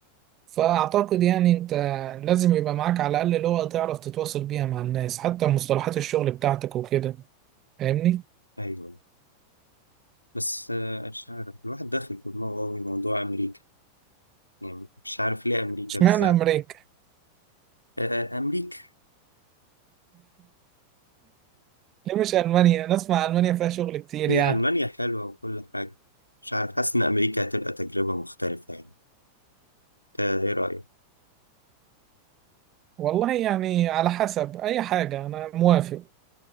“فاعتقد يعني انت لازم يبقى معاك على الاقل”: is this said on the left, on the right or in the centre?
Right